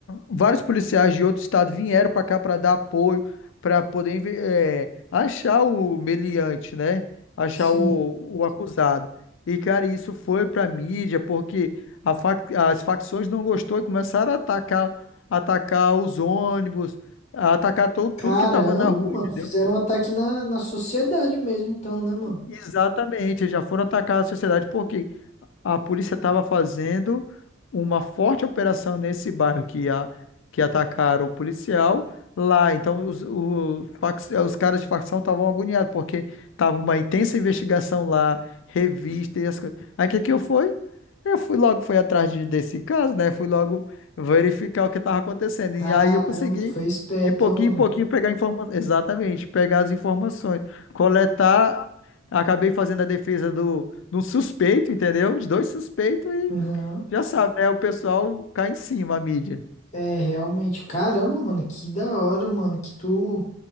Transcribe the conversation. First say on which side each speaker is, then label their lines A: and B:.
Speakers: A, on the left; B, on the left.
A: vários policiais de outro estado vieram para cá para dar apoio para poder inve- é, achar o meliante, né? Achar
B: sim.
A: o, o acusado. E, cara, isso foi para mídia porque a fac- as facções não gostou e começaram a atacar, atacar os ônibus, a atacar todo,
B: Caramba,
A: tudo que estava na rua,
B: mano,
A: entendeu?
B: fizeram um ataque na, na sociedade mesmo, então, né, mano?
A: Exatamente, já foram atacar a sociedade. Por quê? a polícia estava fazendo uma forte operação nesse bairro que, a, que atacaram o policial lá. Então, os, os, fac- os caras de facção estavam agoniados, porque tava uma intensa investigação lá, revista e as coisas. Aí, o que que eu fui? Eu fui logo, fui atrás de- desse caso, né? Fui logo verificar o que estava acontecendo.
B: Caramba,
A: E aí eu consegui,
B: tu foi esperto,
A: de pouquinho
B: ó, mano.
A: em pouquinho, pegar informações. Exatamente, pegar as informações, coletar. Acabei fazendo a defesa do de um suspeito, entendeu? De dois suspeitos e
B: Aham.
A: já sabe, né? O pessoal cai em cima, a mídia.
B: É, realmente. Caramba, mano, que da hora, mano, que tu,